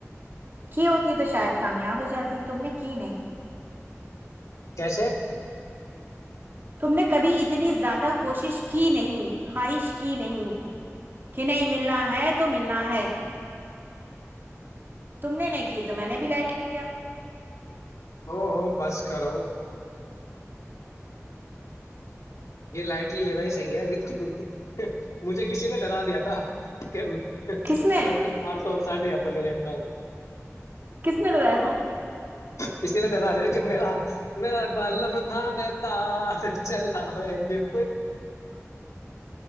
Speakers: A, on the right; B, on the left.
A: کی ہوتی تو شاید کامیاب ہو جاتی تم نے کی نہیں
B: کیسے
A: تم نے کبھی اتنی زیادہ کوشش کی نہیں خواہش کی نہیں کہ نہیں ملنا ہے تو ملنا ہے تم نے نہیں کی تو میں نے بھی لائٹ لے لیا
B: ہو ہو بس کرو یہ لائٹلی لینا ہی صحیح ہے ابھی تک مجھے کسی نے ڈرا دیا تھا کہ
A: کس نے
B: سڑ تو کار تو ساے اپنی ہے ہاں
A: کس نے رہایا تھا
B: کسی نے ڈرا د ہو کہ میرا میرا بال متان تار چلا ہو جی <inaudible>